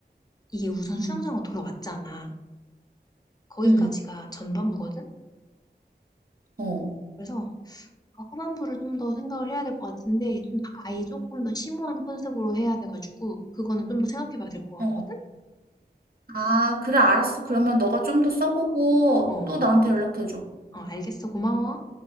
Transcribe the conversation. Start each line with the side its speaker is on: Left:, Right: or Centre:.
Left: 이게 우선
Right: 응,
Left: 수영장으로 돌아왔잖아. 거기까지가
Right: 응,
Left: 전반부거든?
Right: 어,
Left: 그래서 어, 후반부를 좀 더 생각을 해야 될 것 같은데 좀 다- 아예 조금 더 심오한 컨셉으로 해야 돼 가지고 그거는 좀 더 생각해 봐야 될 것
Right: 어.
Left: 같거든?
Right: 아, 그래, 알았어. 그러면
Left: 어.
Right: 너가 좀 더 써보고
Left: 어.
Right: 또 나한테 연락해줘.
Left: 어 알겠어. 고마워.